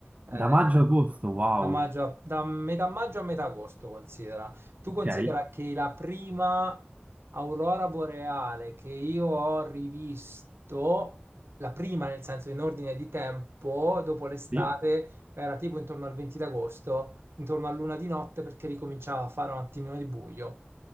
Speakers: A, on the right; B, on the right.
A: Eh,
B: da maggio a agosto, wow,
A: Da, maggio a- da metà maggio a metà agosto, considera. Tu
B: ok,
A: considera che la prima aurora boreale che io ho rivisto, la prima nel senso in ordine di tempo, dopo l'estate,
B: sì.
A: era tipo intorno al 20 d'agosto, intorno a luna di notte perché ricominciava a fare un attimino di buio.